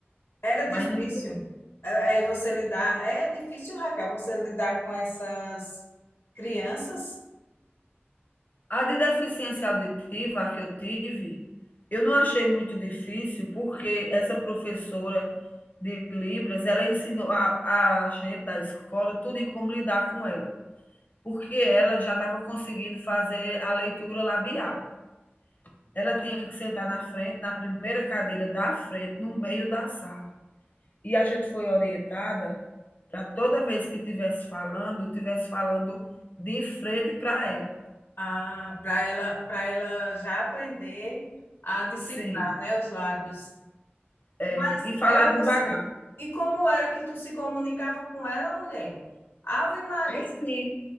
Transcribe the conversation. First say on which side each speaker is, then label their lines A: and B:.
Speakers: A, on the left (about 70°); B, on the left (about 40°).
A: era
B: mas
A: difícil.
B: não,
A: É, é, você lidar. É difícil, Raquel, você lidar com essas crianças
B: a de deficiência auditiva que eu tive, eu não achei muito difícil, porque essa professora de Libras, ela ensinou a, a gente da escola tudo em como lidar com ela, porque ela já estava conseguindo fazer a leitura labial. Ela tinha que sentar na frente, na primeira cadeira da frente, no meio da sala. E a gente foi orientada para toda vez que estivesse falando, estivesse falando de frente para ela.
A: ah, para ela, para ela já aprender a decifrar,
B: Sim.
A: né, os lábios.
B: é,
A: Mas
B: e falar
A: ela,
B: devagar.
A: E como era que tu se comunicava com ela, mulher? Ave Maria,
B: É sim.